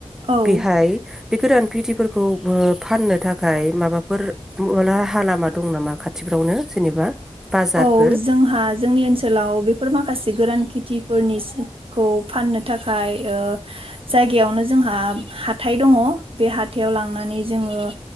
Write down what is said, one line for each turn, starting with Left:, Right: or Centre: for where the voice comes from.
Right: औ
Centre: बिहाय बे गोरान खेथिफोरखौ बो‌ फाननो थाखाय माबाफोर माबा राहा लामा दं नामा खाथिफ्रावनो जेनेबा बाजारफोर
Right: औ जोंहा जोंनि ओनसोलाव बेफोर माख माखासे गोरान खेथिफोरनिसिखौ फाननो थाखाय ओ जायगायावनो जोंहा हाथाइ दङ' बे हाथायाव लांनानै जोङो